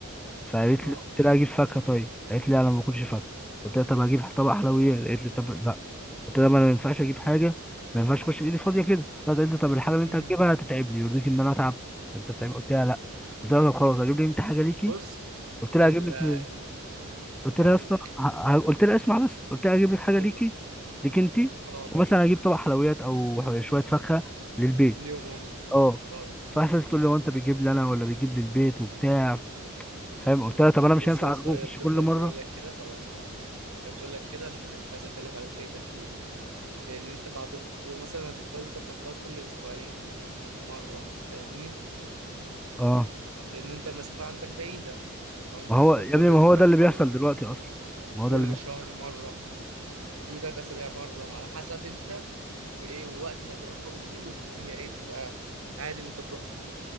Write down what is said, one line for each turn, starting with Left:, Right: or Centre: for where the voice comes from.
Centre: فقالت
Right: اه
Centre: لي قلت لها هجيب فاكهه طيب قالت لي انا ما باكلش فاكهه قلت لها طب هجيب طبق حلويات قالت لي طب لا قلت لها ما انا ما ينفعش اجيب حاجه ما ينفعش اخش بايدي فاضيه كده راحت قالت لي طب الحاجه اللي انت
Right: امم
Centre: هتجيبها هتتعبني يرضيك ان انا اتعب انت تعبان قلت لها لا قلت لها طب خلاص هجيب لي انت حاجه ليكي
Right: بص
Centre: قلت لها
Right: ال
Centre: هجيب لك
Right: ال
Centre: قلت
Right: هقول
Centre: لها يا اسطى
Right: لك
Centre: ه- ه- قلت لها اسمع بس قلت لها اجيب لك حاجه
Right: قول
Centre: ليكي ليك انت
Right: اه
Centre: ومثلا اجيب طبق حلويات او شويه فاكهه للبيت
Right: ليهم هم
Centre: اه
Right: اه
Centre: فقفلت تقول لي هو انت بتجيب لي انا ولا بتجيب للبيت وبتاع فاهم قلت لها طب انا مش
Right: بص
Centre: هينفع
Right: يا اسطى
Centre: أجو-
Right: هي
Centre: اخش
Right: بتفضل
Centre: كل مره
Right: تقول لك كده هقول لك هقول لك. هي بتقول لك كده عشان هي مش عايزه اكلف عليك اي تكليف لان انت بعد الخطوبه مثلا هتضطر انت تروح لها كل اسبوعين مره فاهمني
Centre: اه
Right: لان انت المسافه عندك بعيده فممكن
Centre: ما هو
Right: تروح
Centre: يا
Right: كل
Centre: ابني ما
Right: اسبوعين
Centre: هو ده اللي
Right: مره
Centre: بيحصل دلوقتي اصلا ما هو
Right: كل
Centre: ده اللي بيحصل
Right: شهر مره كل ثلاث اسابيع مره على حسب انت وايه والوقت اللي هتبقى فاضي فيه واللي هي ايه تبقى عادي ان انت تروح فيه